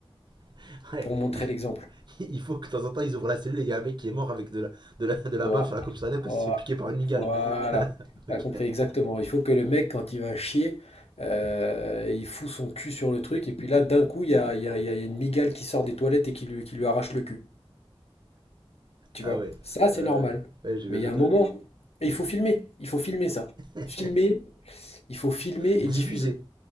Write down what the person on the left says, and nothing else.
pour montrer
l'exemple.
Voi-
voi-
Voilà.
T'as
compris exactement. Il faut que le mec, quand il va chier, euh, il fout son cul sur le truc. Et puis là, d'un coup, il y a, il y a- il y a une migale qui sort des toilettes et qui lui, qui lui arrache le cul. Tu
vois?
Ça, c'est
normal.
Mais il
y a un moment, et il faut filmer. Il faut filmer ça.
Filmer, il faut filmer et
diffuser.